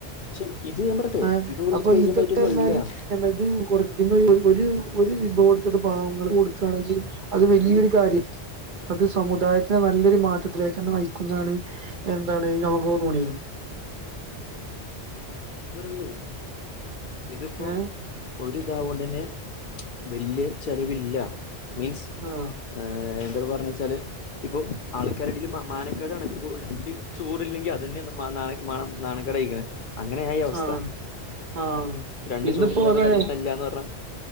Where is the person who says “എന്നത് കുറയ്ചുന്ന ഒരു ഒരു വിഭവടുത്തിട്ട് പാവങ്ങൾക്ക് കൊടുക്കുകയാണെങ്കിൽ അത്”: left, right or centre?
Right